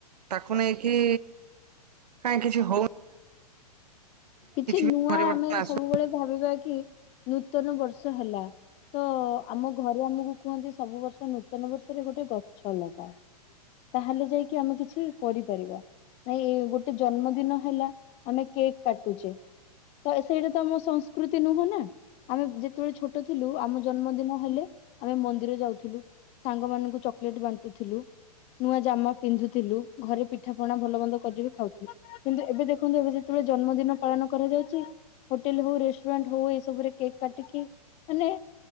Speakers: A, on the right (about 75°); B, on the left (about 30°).
A: ତାକୁ ନେଇକି କାଇଁ କିଛି ହଉ
B: କିଛି
A: ବି
B: ନୂଆ
A: ପରିବର୍ତ୍ତନ
B: ଆମେ
A: ଆସୁ
B: ସବୁବେଳେ ଭାବିବା କି ନୂତନ ବର୍ଷ ହେଲା। ତ ଆମ ଘରୁ ଆମୁକୁ କୁହନ୍ତି ସବୁ ବର୍ଷ ନୂତନ ବର୍ଷରେ ଗୋଟେ ଗଛ ଲଗା। ତାହେଲେ ଯାଇକି ଆମେ କିଛି କରିପାରିବା ନାଇଁ ଗୋଟେ ଜନ୍ମଦିନ ହେଲା। ଆମେ କେକ୍ କାଟୁଚେ ତ ସେଇଟା ତ ଆମ ସଂସ୍କୃତି ନୁହଁ ନା। ଆମେ ଯେତେବେଳେ ଛୋଟ ଥିଲୁ ଆମ ଜନ୍ମଦିନ ହେଲେ ଆମେ ମନ୍ଦିର ଯାଉଥିଲୁ। ସାଙ୍ଗ ମାନଙ୍କୁ ଚକଲେଟ୍ ବାଣ୍ଟୁଥିଲୁ। ନୂଆ ଜାମା ପିନ୍ଧୁଥିଲୁ ଘରେ ପିଠା ପଣା ଭଲ ମନ୍ଦ କରିକିବି <unintelligible> ଖାଉଥିଲୁ କିନ୍ତୁ ଏବେ ଦେଖ ଦେଖନ୍ତୁ ଏବେ ଯେତୋଓଳେ ଜନ୍ମଦିନ ପାଳନ କରାଯାଉଛି ହୋଟେଲ୍ ହୋଉ ରେଷ୍ଟୁରାଣ୍ଟ ହୋଉ ଏସବୁରେ କେକ୍ କାଟିକି ମାନେ